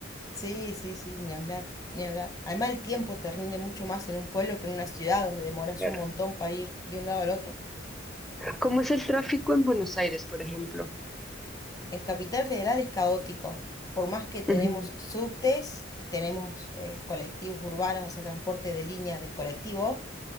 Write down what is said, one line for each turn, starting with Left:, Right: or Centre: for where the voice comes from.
Left: sí, sí, sí, ni hablar, ni hablar. Además, el tiempo te rinde mucho más en un pueblo que en una ciudad donde demoras
Centre: Claro.
Left: un montón para ir de un lado al otro.
Centre: ¿Cómo es el tráfico en Buenos Aires, por ejemplo?
Left: En Capital Federal es caótico. Por más que tenemos
Centre: Ujú,
Left: subtes, tenemos eh, colectivos urbanos, o sea, transporte de línea de colectivo,